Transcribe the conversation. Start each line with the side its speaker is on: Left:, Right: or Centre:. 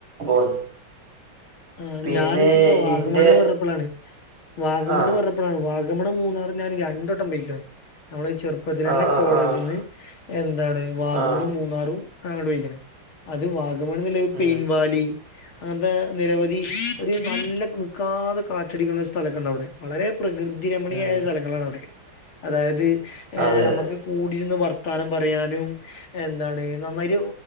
Right: പോന്നു
Left: ആഹ്
Right: പിന്നെ
Left: ഞാനിജ്ജിപ്പോ
Right: നിന്റെ
Left: വാഗമണ്ണ് പറഞ്ഞപ്പളാണ് വാഗമണ്
Right: ആഹ്
Left: പറ വാഗമണും മൂന്നാറും ഞാൻ രണ്ടട്ടം പൊയ്ക്ക്‌ണ് നമ്മള് ചെർപ്പത്തിെലെന്നെ
Right: ആഹ് ആഹ്
Left: കോളേജ്
Right: ആഹ്
Left: ജ്ന്ന് എന്താണ് വാഗമണും
Right: ആഹ്
Left: മൂന്നാറും അങ്ങാട്ടോയ്ക്ക്‌ണ് അത് വാഗ <unintelligible>
Right: ഉം
Left: പെയിൻവാലി അങ്ങൻത്തെ നിരവധി ഒരു നല്ല നിൽക്കാതെ കാറ്റടിക്കുന്ന ഒരു സ്ഥലൊക്കെ ഉണ്ടവിടെ വളരെ പ്രകൃതി കൃതിരമണിയായ
Right: ഉം
Left: സ്ഥലങ്ങളാണ് അവിടൊക്കെ അതായത് ഏഹ്
Right: അതെ
Left: നമ്മക്ക്
Right: അതെ
Left: കൂടിര്ന്ന് വർത്താനം പറയാനും എന്താണ് നന്നായ്ട്ട്